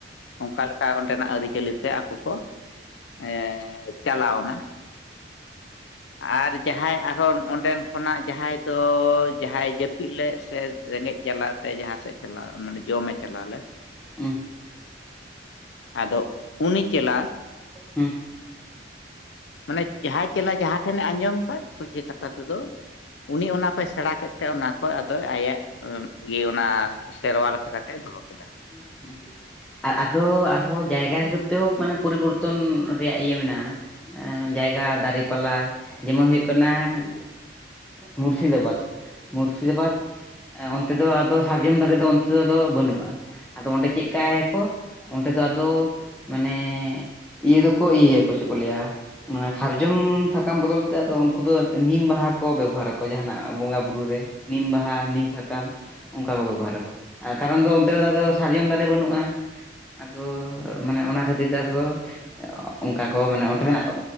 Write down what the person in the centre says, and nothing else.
ᱦᱩᱸ
ᱦᱩᱸ
ᱦᱮᱸ ᱟᱫᱚ ᱟᱨᱦᱚᱸ ᱡᱟᱭᱜᱟ ᱦᱤᱥᱟᱹᱵ ᱛᱮᱦᱚᱸ ᱢᱟᱱᱮ ᱯᱚᱨᱤᱵᱚᱨᱛᱚᱱ ᱨᱮᱭᱟᱜ ᱤᱭᱟᱹ ᱢᱮᱱᱟᱜᱼᱟ ᱮ ᱡᱟᱭᱜᱟ ᱫᱟᱨᱤᱯᱟᱞᱟ ᱡᱮᱢᱚᱱ ᱦᱩᱭᱩᱜ ᱠᱟᱱᱟ ᱢᱩᱨᱥᱤᱫᱟᱵᱟᱫ ᱢᱩᱨᱥᱤᱫᱟᱵᱟᱫᱽ ᱚᱱᱛᱮ ᱫᱚ ᱟᱫᱚ ᱥᱟᱨᱡᱚᱢ ᱫᱟᱨᱮ ᱫᱚ ᱚᱱᱛᱮᱫᱚ ᱵᱟᱹᱱᱩᱜᱼᱟ ᱟᱫᱚ ᱚᱸᱰᱮ ᱪᱮᱫ ᱪᱤᱠᱟᱭᱟᱠᱚ ᱚᱸᱰᱮ ᱫᱚ ᱟᱫᱚ ᱢᱟᱱᱮ ᱤᱭᱟᱹ ᱫᱚᱠᱚ ᱤᱭᱟᱹᱭᱟᱠᱚ ᱪᱮᱫ ᱠᱚ ᱞᱟᱹᱭᱟ ᱢᱟᱱᱮ ᱥᱟᱨᱡᱚᱢ ᱥᱟᱠᱟᱢ ᱵᱚᱫᱚᱞᱛᱮ ᱟᱫᱚ ᱩᱱᱠᱩ ᱫᱚ ᱱᱤᱢ ᱵᱟᱦᱟ ᱠᱚ ᱵᱮᱵᱚᱦᱟᱨᱟᱠᱚ ᱡᱟᱦᱟᱱᱟᱜ ᱵᱚᱸᱜᱟ ᱵᱩᱨᱩ ᱨᱮ ᱱᱤᱢ ᱵᱟᱦᱟ ᱱᱤᱢ ᱥᱟᱠᱟᱢ ᱚᱱᱠᱟ ᱠᱚ ᱵᱮᱵᱚᱦᱟᱨᱟ ᱠᱚ ᱟᱨ ᱠᱟᱨᱚᱱ ᱫᱚ ᱚᱱᱛᱮ ᱨᱮ ᱫᱚ ᱥᱟᱨᱡᱚᱢ ᱫᱟᱨᱮ ᱵᱟᱹᱱᱩᱜᱼᱟ ᱟᱫᱚ ᱢᱟᱱᱮ ᱚᱱᱟ ᱠᱷᱟᱹᱛᱤᱨ ᱛᱮ ᱟᱫᱚ ᱚᱱᱠᱟ ᱠᱚ ᱢᱟᱱᱮ ᱚᱸᱰᱮᱱᱟᱜ